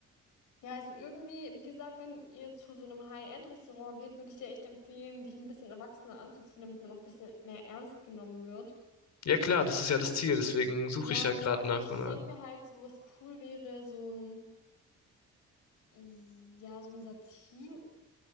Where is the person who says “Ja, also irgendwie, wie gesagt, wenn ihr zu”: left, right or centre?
Left